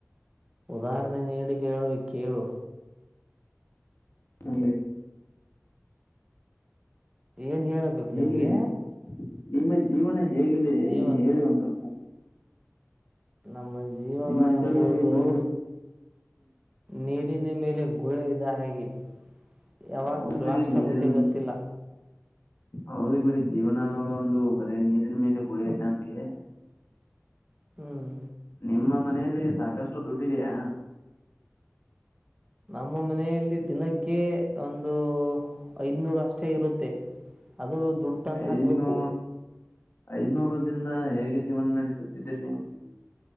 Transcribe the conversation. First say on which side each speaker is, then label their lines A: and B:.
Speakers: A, on the right (about 15°); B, on the left (about 55°).
A: ಉದಾಹರಣೆ ನೀಡಿ ಹೇಳುವ ಕೇಳು
B: ಹೀ
A: ಏನ್ ಹೇಳಬೇಕು
B: ಹೇಗಿದೆ
A: ನಿಮಗೆ
B: ನಿಮ್ಮ ಜೀವನ ಹೇಗಿದೆ
A: ಜೀವನ
B: ಹೇಳಿ ಒಂದ್ ಸ್ವಲ್ಪ
A: ನಮ್ಮ ಜೀವನ
B: ನಿಮ್ಮಂತಲ್ಲಿ
A: ಎಂಬುದು
B: ದುಡ್ಡು
A: ನೀರಿನ ಮೇಲೆ ಗುಳೆ ಇದ್ದ ಹಾಗೆ ಯಾವಾಗ
B: ಹೌದು
A: ಬ್ಲಾಸ್ಟ್
B: ಬಿಡಿ ನೀರಿನ್
A: ಆಗುತ್ತೆ ಗೊತ್ತಿಲ್ಲ
B: ಹೌದು ಬಿಡಿ ಜೀವನ ಅನ್ನೋದು ಒಂದು ಬರೇ ನೀರಿನ ಮೇಲೆ ಗುಳಿ ಇದ್ದಂಗೆ
A: ಹ್ಮ್
B: ನಿಮ್ಮ ಮನೆಯಲ್ಲಿ ಸಾಕಷ್ಟು ದುಡ್ಡಿದೆಯಾ
A: ನಮ್ಮ ಮನೆಯಲ್ಲಿ ದಿನಕ್ಕೆ ಒಂದು ಐದ್ನೂರ ಅಷ್ಟೇ ಇರುತ್ತೆ ಅದು ದುಡ್ಡು ತಂದು
B: ಐನೂ
A: ಹಾಕಬೇಕು
B: ಐನೂರು ಿಂದ ಹೇಗೆ ಜೀವನ ನಡೆಸುತ್ತಿದ್ದೀರಿ ನೀವು